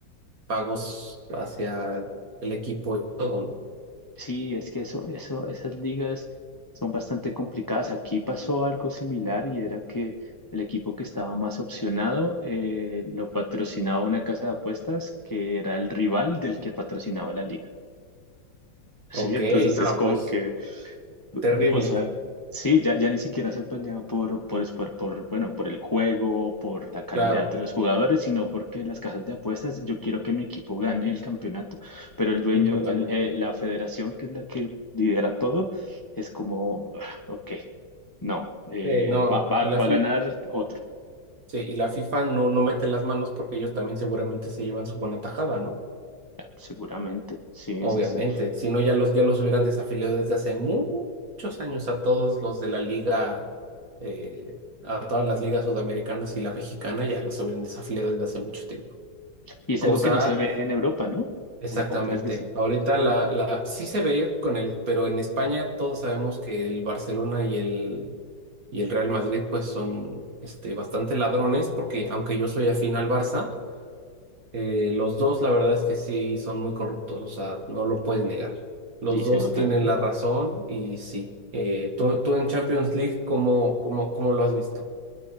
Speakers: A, on the right (about 50°); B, on the left (about 15°).
A: pagos hacia el equipo y todo, ¿no?
B: Sí, es que eso, eso, esas ligas son bastante complicadas. Aquí pasó algo similar y era que el equipo que estaba más opcionado eh, lo patrocinaba una casa de apuestas que era el rival del que patrocinaba la liga. Sí,
A: Ok,
B: entonces
A: no,
B: es como
A: pues
B: que
A: terrible,
B: O sea, sí, ya, ya ni siquiera se peleaba por, por, es- por, por, bueno, por el juego, por la calidad
A: claro,
B: de los jugadores, sino porque las casas de apuestas, yo quiero que mi equipo gane el campeonato, pero el dueño,
A: sí, totalmente.
B: el, eh, la federación, que es la que lidera todo, es como, "Ah, ok, no, eh,
A: Sí, no,
B: va, va,
A: y la,
B: va
A: fi-
B: a ganar otro,
A: Sí, y la FIFA no, no mete las manos porque ellos también seguramente se llevan su buena tajada, ¿no?
B: Ah, seguramente, sí,
A: Obviamente.
B: sí, sí.
A: Si no, ya los, ya los hubieran desafiliado desde hace mu- muchos años a todos los de la liga, eh, a todas las ligas sudamericanas y la mexicana, ya los hubieran desafiliado desde hace mucho tiempo.
B: Y es
A: Cosa,
B: algo que no se ve en Europa, ¿no?
A: exactamente.
B: ¿O, o crees que sí?
A: Ahorita la, la, sí se ve con el, pero en España todos sabemos que el Barcelona y el, y el Real Madrid pues son este, bastante ladrones porque aunque yo soy afín al Barça, Eh, los dos, la verdad es que sí, son muy corruptos, o sea, no lo puedes negar. Los
B: Y se
A: dos
B: nota,
A: tienen
B: ¿no?
A: la razón y sí. Eh, tú, tú en Champions League, ¿cómo, cómo, cómo lo has visto?